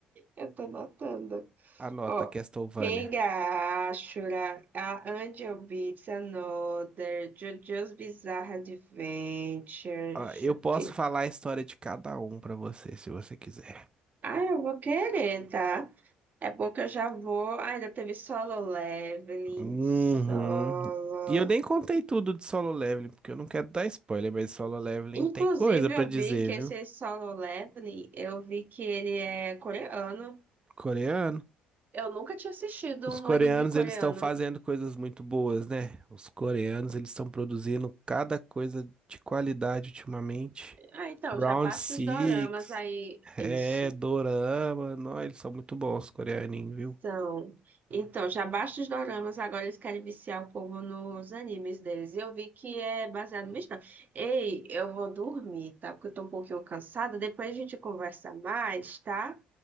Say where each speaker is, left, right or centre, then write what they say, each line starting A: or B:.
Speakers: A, on the right; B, on the right.
A: Eu tô anotando.
B: anota
A: Oh,
B: Castlevania.
A: Kengashura, A Angel Beats Another, JoJo's Bizarre Adventure,
B: Ó,
A: deixa
B: eu
A: eu
B: posso
A: ver.
B: falar a história de cada um pra você, se você quiser.
A: Ah, eu vou querer, tá? É bom que eu já vou. Ah, ainda teve solo leveling,
B: Uhum.
A: solo.
B: E eu nem contei tudo de Solo Leveling, porque eu não quero dar spoiler, mas Solo Leveling
A: Inclusive,
B: tem coisa pra
A: eu
B: dizer,
A: vi que esse
B: viu?
A: solo leveling, eu vi que ele é coreano.
B: Coreano.
A: Eu nunca tinha assistido
B: Os
A: um
B: coreanos,
A: anime coreano.
B: eles estão fazendo coisas muito boas, né? Os coreanos, eles estão produzindo cada coisa de qualidade ultimamente.
A: Ah, então,
B: Round
A: já baixa
B: Six,
A: os doramas aí.
B: é,
A: Isso.
B: Dorama, não, eles são muito bons, os coreaninhos, viu?
A: São. Então, já basta os doramas, agora eles querem viciar o povo nos animes deles. E eu vi que é baseado no história. Ei, eu vou dormir, tá? Porque eu tô um pouquinho cansada. Depois a gente conversa mais, tá?